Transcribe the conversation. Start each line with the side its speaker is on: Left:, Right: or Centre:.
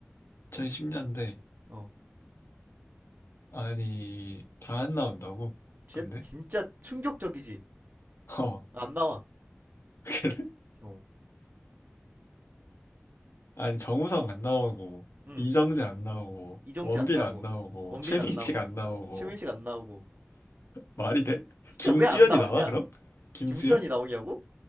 Left: 2010년대
Right: 어,
Left: 아니 다 안 나온다고?
Right: 진짜
Left: 근데
Right: 진짜 충격적이지.
Left: 어
Right: 안 나와.
Left: <laughs> 그래?
Right: 어,
Left: 아니 정우성 안 나오고
Right: 응.
Left: 이정재 안 나오고
Right: 이정재
Left: 원빈
Right: 안 나오고,
Left: 안 나오고
Right: 원빈
Left: 최민식
Right: 안 나오고,
Left: 안 나오고
Right: 최민식 안 나오고.
Left: 말이 돼?
Right: 진짜
Left: 김수현이
Right: 왜 안 나왔냐?
Left: 나와 그럼? 김수현?
Right: 김수현이 나오냐고?